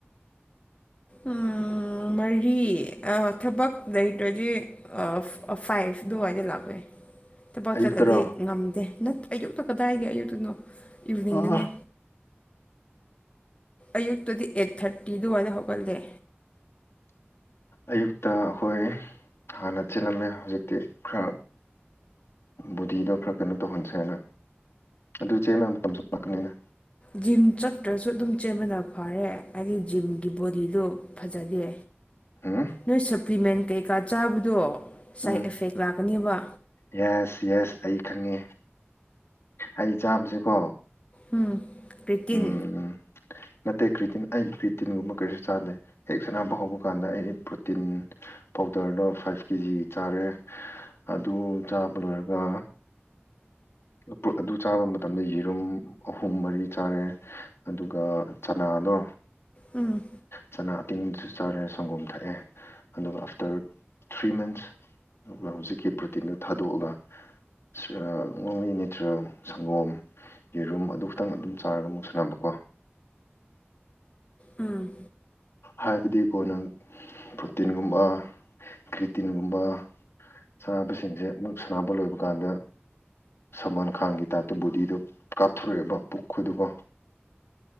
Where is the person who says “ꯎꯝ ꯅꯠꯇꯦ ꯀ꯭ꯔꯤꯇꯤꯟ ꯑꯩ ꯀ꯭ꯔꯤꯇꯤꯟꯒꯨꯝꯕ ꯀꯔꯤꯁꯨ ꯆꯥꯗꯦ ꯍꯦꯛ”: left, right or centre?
Left